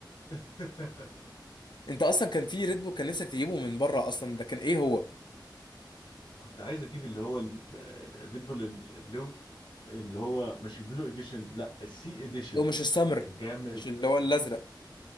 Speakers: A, on the left; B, on the left.
A: <laughs>
B: انت اصلا كان في ريد بول كان نفسك تجيبه من بره اصلا ده كان ايه هو اللي
A: كنت عايز اجيب اللي هو الريد بول البلو اللي هو مش البلو اديشن لا السي اديشن
B: هو مش السمر
A: كان جامد
B: مش اللي هو الازرق